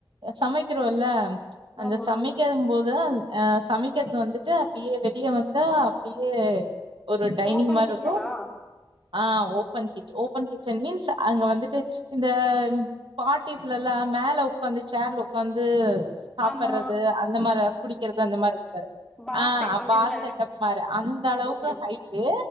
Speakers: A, on the right; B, in the centre.
A: சமைக்கிறோல்ல அந்த
B: ஆமா
A: சமைக்க போது அ சமைக்குறது வந்துட்டு அப்டியே வெளிய வந்தா பெரீய ஒரு டைனிங்
B: ஓபன்
A: மாரி
B: கிச்சனா
A: இருக்கோ ஆ ஓபன் கிட் ஓபன் கிச்சன் மீன்ஸ் அங்க வந்துட்டு இந்த பார்ட்டிஸ்லல்லா மேல ஒக்காந்து சேர்ல ஒக்காந்து சாப்படறது
B: ஆமா
A: அந்த மாரி குடிக்கறது அந்த மாரி இருக்கு பாரு
B: பார்
A: ஆ
B: டைப் அந்த
A: பாத்த
B: இதுல
A: டப் மாரு அந்த அளவுக்கு
B: ஓகே ஓகே
A: ஹைட்டு